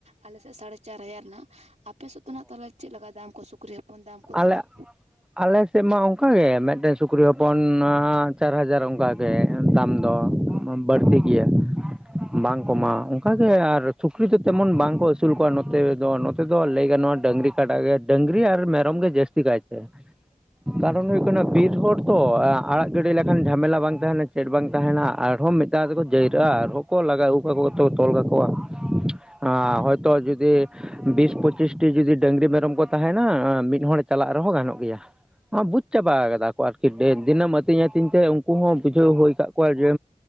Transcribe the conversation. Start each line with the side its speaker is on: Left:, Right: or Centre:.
Right: ᱟᱞᱮ ᱥᱮᱫ ᱥᱟᱲᱮ ᱪᱟᱨ ᱦᱟᱡᱟᱨ ᱱᱟᱜ ᱟᱯᱮ ᱥᱮᱫ ᱫᱚ ᱱᱟᱜ ᱛᱟᱦᱞᱮ ᱪᱮᱫ ᱞᱮᱠᱟ ᱫᱟᱢ ᱠᱚ ᱥᱩᱠᱨᱤ ᱦᱚᱯᱚᱱ ᱫᱟᱢ ᱠᱚ
Centre: ᱟᱞᱮ
Right: ᱱᱟᱜ?
Centre: ᱟᱞᱮ ᱥᱮᱫ ᱢᱟ ᱚᱝᱠᱟ ᱜᱮ ᱢᱤᱫᱴᱮᱱ ᱥᱩᱠᱨᱤ ᱦᱚᱯᱚᱱ ᱱᱟ ᱪᱟᱨ ᱦᱟᱡᱟᱨ ᱚᱝᱠᱟ ᱜᱮ ᱫᱟᱢ ᱫᱚ᱾ ᱢᱟ ᱵᱟᱹᱲᱛᱤ ᱜᱮᱭᱟ ᱵᱟᱝ
Right: ᱟᱹᱰᱤ
Centre: ᱠᱚᱢᱟ
Right: ᱢᱚᱡᱽ
Centre: ᱚᱝᱠᱟ ᱜᱮ ᱟᱨ ᱥᱩᱠᱨᱤ ᱫᱚ ᱛᱮᱢᱚᱱ ᱵᱟᱝᱠᱚ ᱟᱹᱥᱩᱞ ᱠᱚᱣᱟ ᱱᱚᱛᱮ ᱫᱚ ᱱᱚᱛᱮ ᱫᱚ ᱞᱟᱹᱭ ᱜᱟᱱᱚᱜᱼᱟ, ᱰᱟᱹᱝᱨᱤ ᱠᱟᱰᱟ ᱜᱮ ᱰᱟᱹᱝᱨᱤ ᱟᱨ ᱢᱮᱨᱚᱢ ᱜᱮ ᱡᱟᱹᱥᱛᱤ ᱠᱟᱭ ᱛᱮ ᱠᱟᱨᱚᱱ ᱦᱳᱭᱳᱜ ᱠᱟᱱᱟ ᱵᱤᱨ ᱦᱚᱲ ᱛᱚ ᱟᱲᱟ ᱟᱲᱟᱜ ᱜᱤᱰᱤ ᱞᱮᱠᱷᱟᱱ ᱡᱷᱟᱢᱮᱞᱟ ᱵᱟᱝ ᱛᱟᱦᱮᱱᱟ ᱪᱮᱫ ᱵᱟᱝ ᱛᱟᱦᱮᱱᱟ ᱟᱨ ᱦᱚᱸ ᱢᱤᱫ ᱫᱷᱟᱣ ᱫᱚ ᱠᱚ ᱡᱟᱹᱭᱨᱟᱹᱜᱼᱟ ᱟᱨ ᱦᱚᱸ ᱠᱚ ᱞᱟᱜᱟ ᱟᱜᱩ ᱟᱜᱩ ᱠᱟᱛᱮ ᱠᱚ ᱛᱚᱞ ᱠᱟᱠᱚᱣᱟ ᱾ ᱟ
Right: ᱟᱹᱰᱤ
Centre: ᱦᱚᱭᱛᱚ
Right: ᱢᱚᱡᱽ
Centre: ᱡᱩᱫᱤ ᱵᱤᱥ ᱯᱚᱸᱪᱤᱥᱴᱤ ᱡᱩᱫᱤ ᱰᱟᱹᱝᱨᱤ ᱢᱮᱨᱚᱢ ᱠᱚ ᱛᱟᱦᱮᱱᱟ ᱮ ᱢᱤᱫ ᱢᱤᱫ ᱦᱚᱲ ᱪᱟᱞᱟᱜ ᱨᱮ ᱦᱚᱸ ᱜᱟᱱᱚᱜ ᱜᱮᱭᱟ ᱮ ᱵᱩᱡᱽ ᱪᱟᱵᱟ
Right: ᱦᱚᱸ
Centre: ᱠᱟᱫᱟ ᱠᱚ ᱟᱨ ᱠᱤ ᱰᱮ ᱫᱤᱱᱟᱹᱢ ᱟᱹᱛᱤᱧ ᱟᱹᱛᱤᱧ ᱛᱮ ᱩᱱᱠᱩ ᱦᱚᱸ ᱵᱩᱡᱷᱟᱹᱣ ᱦᱩᱭ ᱟᱠᱟᱫ ᱠᱚᱣᱟ ᱡᱮ